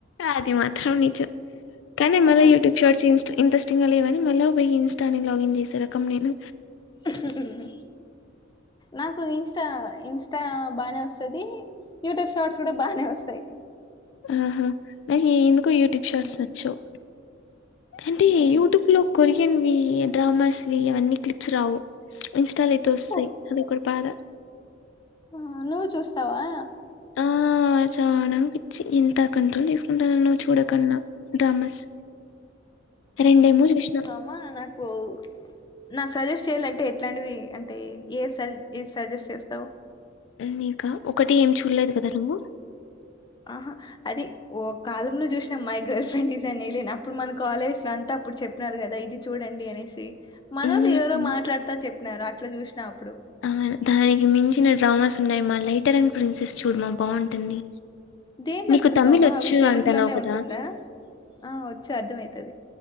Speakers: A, on the left (about 70°); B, on the left (about 25°).
A: అది మాత్రం నిజం కానీ
B: ఆ
A: మల్ల యూట్యూబ్ షార్ట్స్ ఇన్స సీన్స్ ఇంట్రెస్టింగ్ గా లేవని మళ్ళ పొయి ఇన్స్టాని లాగిన్ చేసే రకం నేను
B: ఉ హు నాకు ఇంస్టా ఇంస్టా బాగానే వస్తుంది యూట్యూబ్ షార్ట్స్ కూడా బాగానే వస్తాయి
A: ఆహా నాకు ఎందుకో యూట్యూబ్
B: ఉమ్
A: షాట్స్ నచ్చవ్ అంటే
B: ఉమ్
A: యూట్యూబ్ లో కొరియన్ వి డ్రామాస్వి అవన్నీ క్లిప్స్ రావు ఇన్స్టాల అయితే వస్తాయి
B: ఓహ్
A: అది కూడా బాధ
B: ఆ నువ్వు చూస్తావా
A: ఆ చనా పిచ్చి ఎంత కంట్రోల్ చేసు కుంట చూడకన్నా డ్రామాస్ రెండేమో చూసిన
B: ఆ నాకు నాకు సజెస్ట్ చేయ్యాల అంటే ఎట్లాంటివి అంటే ఏ స ఏ సజెస్ట్ చేస్తావు
A: నీక ఒకటి ఏమి చూడలేదు కదా నువ్వు
B: ఆహా అది ఓ కాలంలో చూసినం మై గర్ల్ ఫ్రెండ్ ఇజ అనిలేను అప్పుడు మన కాలేజ్ లో అంతా అప్పుడు చెప్పినారు కదా ఇది చూడండి అనేసి మనలు
A: మ్మ్.
B: ఎవరో మాట్లాడుతా చెప్పినారు అట్లా చూసిన అప్పుడు
A: ఆ దానికి మించిన డ్రామాస్ ఉన్నాయి మా లైటర్ అండ్ ప్రిన్సెస్ చూడమా బాగుంటుంది
B: దీంట్లో
A: నీకు
B: చూస్తావమా
A: తమిళ్ వచ్చు
B: అవి తెలుగులోనే
A: అంటున్నావు కదా
B: ఉంటుందా ఆ వచ్చ అర్ధమయితది